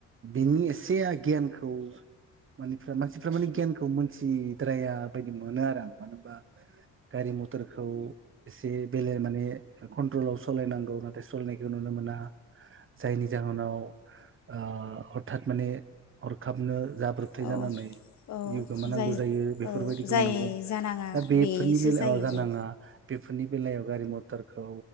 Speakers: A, on the right; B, on the left.
A: नोंनि एसे गियानखौ माने मानसिफ्रा माने गियानखौ मोनथिद्राया बायदि मोनो आरो आं। मानो होनबा गारि मथरखौ एसे बेलेग माने कन्ट्रलाव सालायनांगौ नाथाय सालायनायखौ नुनो मोना। जायनि जाहोनाव। ओं। हरखाब माने हरखाबनो जाब्रथाय। जाब्रबथाय
B: औ
A: जानानै
B: औ
A: जिउ गोमानांगौ
B: जाय
A: जायो बेफोर
B: औ
A: बायदिखौ
B: जाय जानाङा
A: दा बेफोरनि
B: बेसो
A: बेलायाव
B: जायो
A: जानाङा।
B: औ
A: बेफोरनि बेलायाव गारि मथरखौ